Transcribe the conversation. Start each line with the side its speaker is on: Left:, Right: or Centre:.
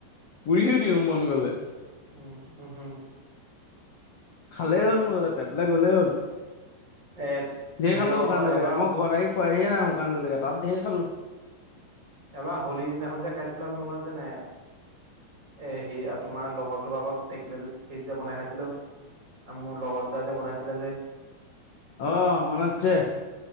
Left: পুৰিহো দিওঁ মন গলে।
Right: উম উম হম।
Left: খালেই হ'ল মোৰ তাতে পেটলে গ'লেই হ'ল।
Right: এ
Left: ঢেই
Right: হেৰি
Left: খালো
Right: ভাগৰ
Left: শুকান জলকীয়া
Right: এবাৰ
Left: মই ঘৰত আহি খোৱাইহে নাই শুকান জলকীয়া তাতেই খালো
Right: এবাৰ হোলীৰ দিনাখন যে খাইছিলো আমি মনত আছে নে নাই এ সি আৰু তোমাৰ লগৰটোৰ আগত টেক ফিজা বনাই খাইছিলো আৰু মোৰ লগৰ তা যে বনাইছিলে যে
Left: আহ মানত আছে।